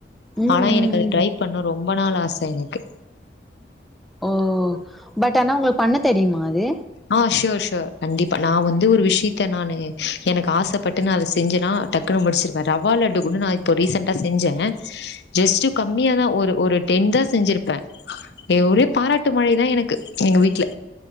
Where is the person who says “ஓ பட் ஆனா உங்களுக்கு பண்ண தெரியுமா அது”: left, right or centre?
Centre